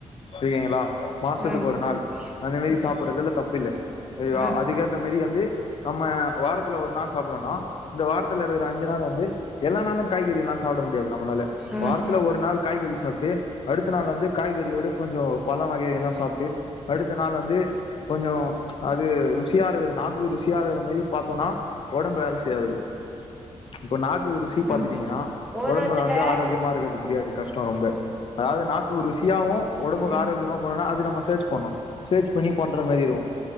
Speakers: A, on the left; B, in the centre.
A: ஓகேங்ளா மாசத்துக்கு
B: ம்
A: ஒரு நாள் அந்த மேரி
B: ம்
A: சாப்புட்றதுல தப்பில்ல அது
B: ம்
A: அதுக்கேத்த மேரி வந்து நம்ம வாரத்துல ஒரு நாள் சாப்புட்றோனா இந்த வாரத்துல இருக்கிற அஞ்சு நாள் வந்து எல்லா நாளு காய்கறி எல்லா சாப்புட முடியாது நம்மளால
B: ம்
A: வாரத்துல ஒரு நாள் காய்கறி சாப்ட்டு அடுத்த நாள் வந்து காய்கறியோடு கொஞ்ச பழ வகைகள்லா சாப்ட்டு அடுத்த நாள் வந்து கொஞ்ச அது ருசியா இருக்கு நாக்குக்கு ருசியா இருக்கிற மாரி பாத்தனா ஒடம்பு வேல செய்யாது ப்ரோ இப்ப நாக்குக்கு ருசி பாத்துட்டீங்கன்னா
B: ம் ஒரு
A: ஒடம்புல
B: ஒருத்தங்க
A: வந்து ஆரோக்கியமா இருக்கற்து முடியாது கஷ்ட ரொம்ப அதாது நாக்குக்கு ருசி ல்த்தியாவு ஒடம்புக்கு
B: ம்
A: ஆரோக்கியமா போனனா அது நம்ம சர்ச் பண்ணு சர்ச் பண்ணி பண்ற மாறி இருக்கு